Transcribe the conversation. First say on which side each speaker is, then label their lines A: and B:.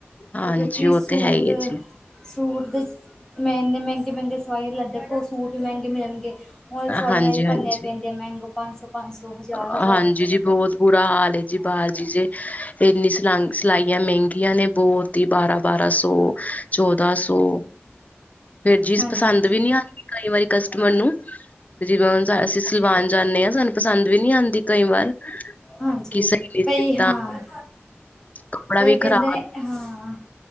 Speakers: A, on the left; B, on the left.
A: ਹਾਂਜੀ
B: ਕਿਉਂਕਿ
A: ਉਹ
B: ਸੂਟ
A: ਤੇ ਹੈ ਹੀ ਹੈ ਜੀ।
B: ਸੂਟ ਦੇ ਮੈਂ ਇੰਨੇ ਮਹਿੰਗੇ-ਮਹਿੰਗੇ ਸਵਾਈ ਲੈ ਦੇਖੋ ਸੂਟ ਵੀ ਮਹਿੰਗੇ ਮਿਲਣਗੇ ਹੋਰ ਸਵਾਈਆਂ
A: ਹਾਂਜੀ-ਹਾਂਜੀ,
B: ਵੀ ਭਰਨੀਆਂ ਪੈਂਦੀਆਂ
A: ਹਾਂਜੀ
B: ਮਹਿੰਗੋ ਪੰਜ ਸੌ, ਪੰਜ ਸੌ, ਹਜ਼ਾਰ
A: ਅ,
B: ਹ
A: ਹਾਂਜੀ ਜੀ ਬੋਤ ਬੁਰਾ ਹਾਲ ਏ ਜੀ ਬਾਰ ਜੀ ਜੇ ਇੰਨੀ ਸਲਘ ਸਿਲਾਈਆਂ ਮਹਿੰਗੀਆਂ ਨੇ ਬੋਤ ਈ ਬਾਰਾਂ-ਬਾਰਾਂ ਸੌ, ਚੌਦਾਂ ਸੌ ਫੇਰ ਜੀਜ਼
B: ਹਾਂਜੀ
A: ਪਸੰਦ
B: ਹਾਂਜੀ
A: ਵੀ ਨੀ ਆਂਦੀ ਕਈ ਵਾਰੀ ਕਸਟਮਰ ਨੂੰ ਜਿਵੇਂ ਹੁਣ ਅਸੀਂ ਸਲਵਾਨ ਜਾਂਨੇ ਆ ਸਾਨੂੰ ਪਸੰਦ ਵੀ ਨੀ ਆਂਦੀ ਕਈ ਵਾਰ।
B: ਹਾਂਜੀ
A: ਕਿ ਸਹੀ ਨੀ
B: ਕਈ
A: ਸੀਤਾ
B: ਹਾਂ,
A: ਕੱਪੜਾ
B: ਕਈ
A: ਵੀ
B: ਕੈਂਦੇ
A: ਖ਼ਰਾਬ
B: ਨੇ ਹਾਂ